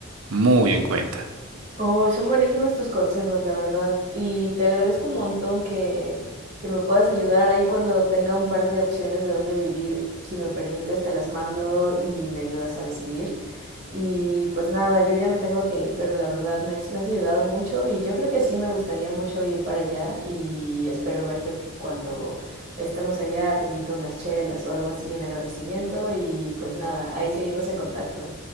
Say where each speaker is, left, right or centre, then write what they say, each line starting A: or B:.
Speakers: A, on the right; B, on the right.
A: muy en cuenta.
B: Oh, son buenísimos tus consejos, la verdad. Y te agradezco un montón que, que me puedas ayudar ahí cuando tenga un par de opciones de dónde vivir. Si me permites, te las mando y me ayudas a decidir. Y pues nada, yo ya me tengo que ir, pero la verdad me has, me has ayudado mucho y yo creo que sí me gustaría mucho ir para allá y espero verte cuando estemos allá. Te invito a unas chelas o algo así en agradecimiento y pues nada, ahí seguimos en contacto.